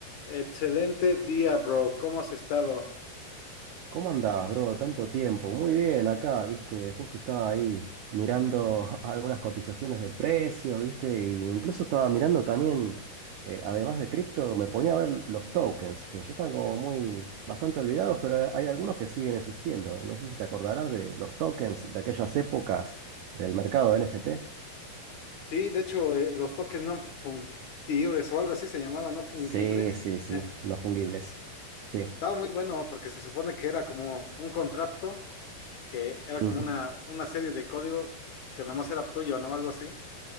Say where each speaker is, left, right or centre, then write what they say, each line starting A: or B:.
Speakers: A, on the left; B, on the right.
A: Excelente día, bro. ¿Cómo has estado?
B: ¿Cómo andás, bro? Tanto tiempo. Muy bien, acá, viste, justo estaba ahí mirando <laughs> algunas cotizaciones de precios, viste, e incluso estaba mirando también, eh, además de cripto, me ponía a ver los tokens, que ya están como muy, bastante olvidados, pero hay hay algunos que siguen existiendo. No sé si te acordarás de los tokens de aquellas épocas del mercado NFT.
A: Sí, de hecho, eh, los toques no fungibles o algo así se llamaba, no fungibles
B: Sí, sí, sí,
A: <laughs>
B: no fungibles. Sí.
A: Estaba muy bueno porque se supone que era como un contrato, que era
B: Ujú.
A: como una, una serie de código que nomás era tuyo, ¿no? Algo así.